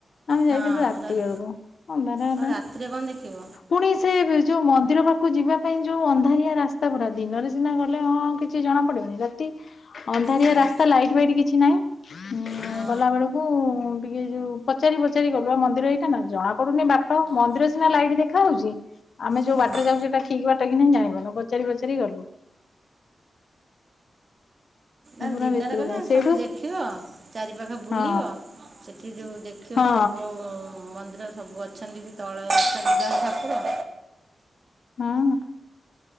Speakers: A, on the left; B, on the right.
A: ଆମେ ଯାଇଥିଲୁ
B: ହଁ
A: ରାତି
B: ରା-
A: ବେଳକୁ ଅନ୍ଧାର ହେଲାଣି।
B: ଆଉ ରାତିରେ କ'ଣ ଦେଖିବ
A: ପୁଣି ସେ ଯୋଉ ମନ୍ଦିର ପାଖକୁ ଯିବା ପାଇଁ ଯୋଉ ଅନ୍ଧାରିଆ ରାସ୍ତାଗୁରା ଦିନରେ ସିନା ଗଲେ ହଁ କିଛି ଜଣା ପଡିବନି। ରାତି ଅନ୍ଧାରିଆ
B: ହଁ
A: ରାସ୍ତା ଲାଇଟ୍ ଫାଇଟ୍ କିଛି ନାହିଁ
B: ହଁ
A: ଗଲା ବେଳକୁ ଟିକେ ଯୋଉ ପଚାରି ପଚାରି ଗଲୁ। ଆ ମନ୍ଦିର ଏଇଟା ନା ଜଣା ପଡୁନି ବାଟ। ମନ୍ଦିର ସିନା ଲାଇଟ୍ ଦେଖା ହୋଉଚି। ଆମେ ଯୋଉ
B: ହଁ
A: ବାଟରେ ଯାଉଚୁ ଏଟା ଠିକ୍ ବାଟ କି ନାହିଁ ଜାଣିପାରୁନୁ ପଚାରି ପଚାରି ଗଲୁ।
B: ଆଁ
A: ପୁରା
B: ଦିନରେ
A: ଭିତରକୁ
B: ଗଲେ
A: ଯାଇ ସେଇଠୁ
B: ସବୁ ଦେଖିବ ଚାରି ପାଖ ବୁଲିବ
A: ହଁ
B: ସେଠି ଯୋଉ ଦେଖିବ
A: ହଁ
B: ସବୁ ମନ୍ଦିର ସବୁ ଅ ଅଛନ୍ତି ବି ତଳେ <inaudible> ଠାକୁର
A: ହୁଁ